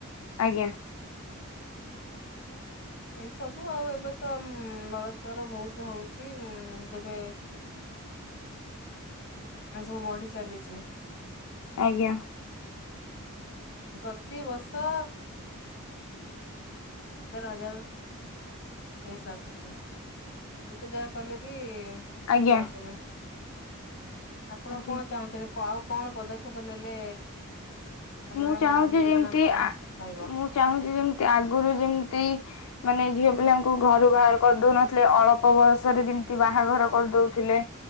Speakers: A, on the left; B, on the left.
A: ଆଜ୍ଞା!
B: ଏ ସବୁ ଆଉ ଏବେ ତ ବଳତର ବହୁତ ହଉଛି ଉ। କେବେ ଏ ସବୁ ବଢି ଚାଲିଛି।
A: ଆଜ୍ଞା!
B: ପ୍ରତିିବର୍ଷ ହଜାର କେସ୍ ଆସୁଛି ଯେତେ ଯାହା କଲେ ବି ଠିକ
A: ଆଜ୍ଞା!
B: ଆସୁନି
A: <inaudible>
B: ଆପଣ
A: ଆଜ୍ଞା
B: କଣ ଚାହୁଁଛନ୍ତି କଉ କଣ ପଦକ୍ଷେପ ନେଲେ?
A: ମୁଁ
B: ମାନେ
A: ଚାହୁଁଛି,
B: ନାରୀ ନିର୍ଯାତନା
A: ଯେମିତି
B: କମ ରହିବ
A: ମୁଁ ଚାହୁଁଛି ଯେମିତି ଆଗରୁ ଯେମିତି। ମାନେ ଝିଅ ପିଲାଙ୍କୁ ଘରୁ ବାହାର କରିଦଉନଥିଲେ ଅଳ୍ପ ବୟସରେ ଯେମିତି ବାହାଘର କରିଦଉଥିଲେ,